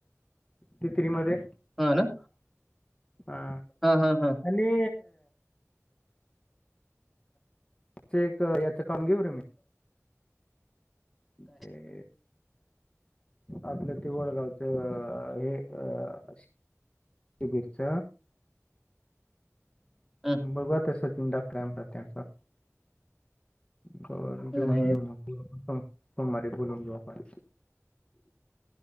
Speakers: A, on the left; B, in the centre.
A: तित्रीमध्ये
B: हा ना.
A: हां.
B: ह ह ह.
A: आणि चे एक याच काम घेऊ रे मी. घे.
B: <inaudible>
A: आपलं ते वडगावच हे अ ती बीटच.
B: हम्म,
A: बघु आता सचिन डॉक्टर काय म्हणतात त्यांचा घ घेऊन
B: नाही नाही,
A: घेऊ ना पु ह सोमवारीे बोलून घेऊ आपण